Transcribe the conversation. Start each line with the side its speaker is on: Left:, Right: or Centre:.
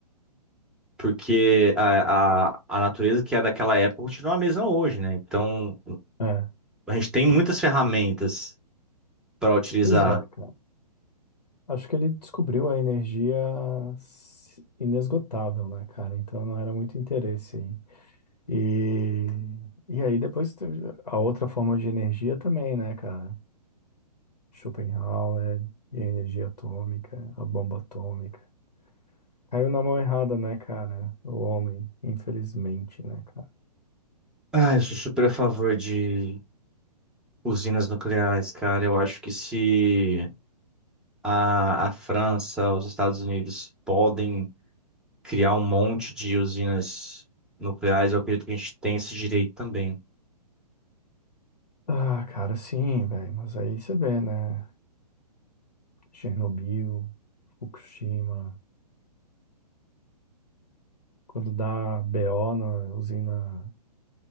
Centre: porque a, a, a natureza que é daquela época continua a mesma hoje, né? Então
Left: É,
Centre: a gente tem muitas ferramentas para utilizar.
Left: pois é, cara. Acho que ele descobriu a energia s- inesgotável, né, cara? Então não era muito interesse aí. E, e aí depois teve a outra forma de energia também, né, cara? Schopenhauer e a energia atômica, a bomba atômica. Caiu na mão errada, né, cara? O homem, infelizmente, né, cara?
Centre: Ah, eu sou super a favor de usinas nucleares, cara. Eu acho que se a, a França, os Estados Unidos podem criar um monte de usinas nucleares, eu acredito que a gente tem esse direito também.
Left: Ah, cara, sim, velho. Mas aí você vê, né? Chernobyl, Fukushima. Quando dá BO na usina